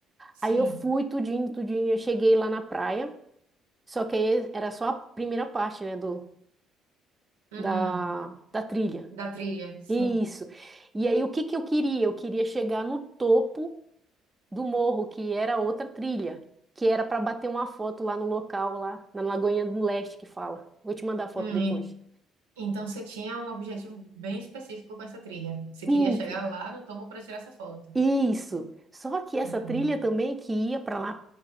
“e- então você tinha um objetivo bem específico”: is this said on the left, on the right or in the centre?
Right